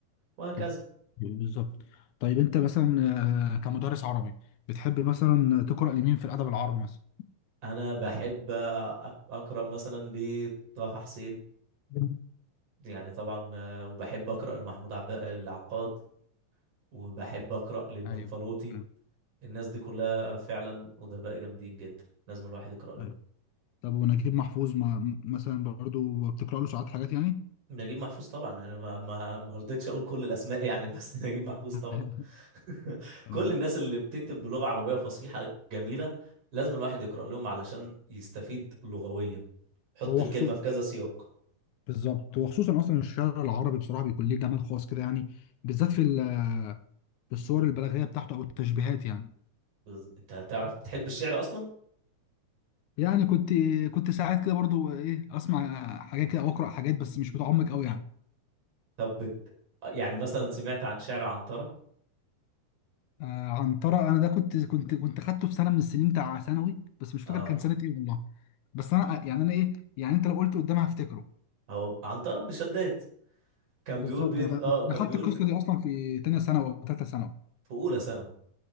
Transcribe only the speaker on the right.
وهكذا
أنا بحب أك- أقرأ مثلا لطه حسين
يعني طبعا ما- وبحب أقرأ لمحمود عب... العقاد وبحب أقرأ للمنفلوطي
الناس دي كلها فعلا أدباء جامدين جدا لازم الواحد يقرأ لهم
نجيب محفوظ طبعا يعني ما ما ما رضيتش اقول كل الاسماء يعني بس <laughs> نجيب محفوظ
طبعا <laughs>
كل الناس اللي بتكتب بلغة عربية فصيحة جميلة لازم الواحد يقرأ لهم علشان يستفيد لغويا حط
الكلمة
في كذا سياق
بز- انت هتعرف بتحب الشعر اصلا
طب بت... يعني مثلا سمعت عن شعر عنترة
اه
او عنترة بن شداد كان
بيقول بيت
اه كان
بيقول
ب...
في اولى ثانوي